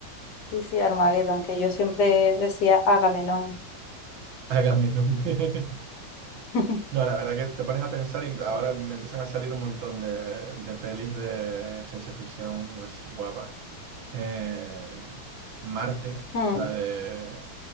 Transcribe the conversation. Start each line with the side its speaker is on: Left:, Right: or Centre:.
Left: Sí, sí, Armageddon, que yo siempre decía Agamenón.
Right: Hágame nunca. <laughs>
Left: <laughs>
Right: No, la verdad que te pones a pensar y ahora me empiezan a salir un montón de, de pelis de ciencia ficción así guapas. Eh, Marte,
Left: Mm,
Right: la de,